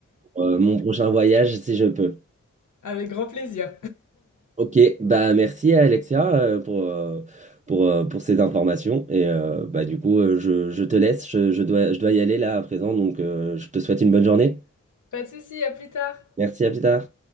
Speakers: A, on the right; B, on the left.
A: pour, euh, mon prochain voyage si je peux.
B: Avec grand plaisir.
A: Ok, bah merci à Alexia euh, pour, euh, pour, euh, pour ces informations. Et euh, bah du coup, euh, je, je te laisse, je, je dois, je dois y aller là à présent, donc euh, je te souhaite une bonne journée.
B: Pas de souci, à plus tard.
A: Merci, à plus tard.